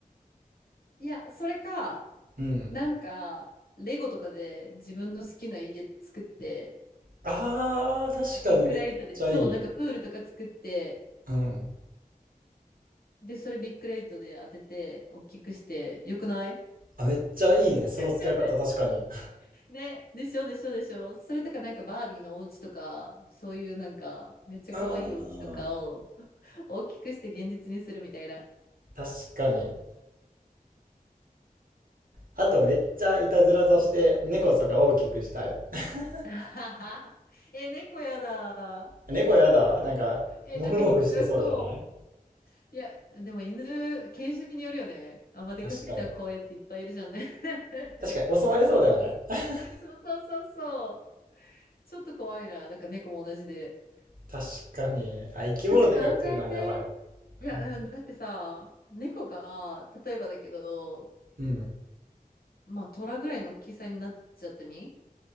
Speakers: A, on the left; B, on the right.
A: <laughs> いや、それか、
B: うん。
A: なんか、レゴとかで自分の好きな家作って、
B: ああ、確かにめっちゃいい。
A: ビックライトで、そう、なんかプールとか作って、
B: うん。
A: で、それビッグレイトで当てて、大きくして、よくない
B: あ、めっちゃいいね。その使い方確かに。
A: <laughs> ね、でしょでしょでしょ。それとかなんかバービーのお家とか、そういうなんかめっちゃ可愛いお家とかを
B: ああ、
A: 大きくして現実にするみたいな。
B: 確かに。あとめっちゃいたずらとして猫とか大きくしたい。<laughs>
A: <laughs> あははえ、猫やだ。
B: 猫やだわ。なんか、
A: え、
B: もふもふしてそうじゃない
A: なんか引っかからそう。いや、でも犬、犬種によるよね。あんまでかすぎたら怖いやついっぱいいるじゃんね。
B: 確かに。
A: <laughs>
B: 確かに、襲われそうだよね。<laughs>
A: そうそうそうそう。ちょっと怖いな。なんか猫も同じで。
B: 確かに。あ、生き物でかくするのはやばい。
A: だって考えて、いや、
B: うん。
A: うん、だってさ、猫が、例えばだけど、
B: うん。
A: まあ、虎ぐらいの大きさになっちゃってみ